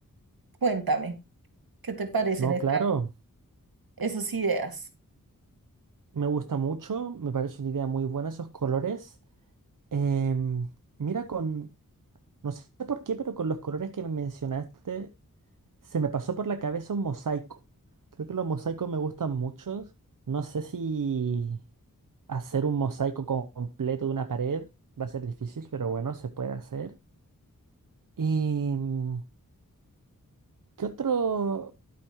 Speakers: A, on the right (about 85°); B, on the right (about 65°).
A: Cuéntame, ¿qué te parecen
B: No,
A: esa-
B: claro,
A: esas ideas?
B: me gusta mucho, me parece una idea muy buena esos colores. Em, mira, con, no sé por qué, pero con los colores que me mencionaste Se me pasó por la cabeza un mosaico. Creo que los mosaicos me gustan mucho. No sé si hacer un mosaico co- completo de una pared va a ser difícil, pero bueno, se puede hacer. ¿Y mm, qué otro,